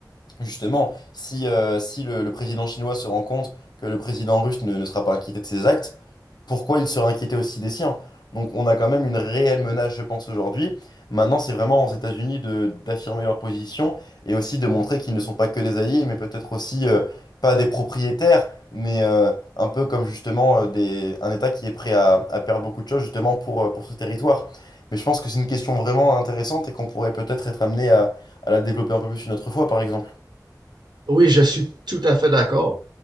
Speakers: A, on the left; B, on the right.
A: Justement, si, euh, si le, le président chinois se rend compte que le président russe ne, ne sera pas inquiété de ses actes, pourquoi il serait inquiété aussi des siens? Donc on a quand même une réelle menace, je pense, aujourd'hui. Maintenant, c'est vraiment aux États-Unis de, d'affirmer leur position et aussi de montrer qu'ils ne sont pas que des alliés, mais peut-être aussi euh, pas des propriétaires, mais euh, un peu comme justement euh, des, un État qui est prêt à, à perdre beaucoup de choses justement pour, euh, pour ce territoire. Mais je pense que c'est une question vraiment intéressante et qu'on pourrait peut-être être amené à, à la développer un peu plus une autre fois, par exemple.
B: Oui, je suis tout à fait d'accord.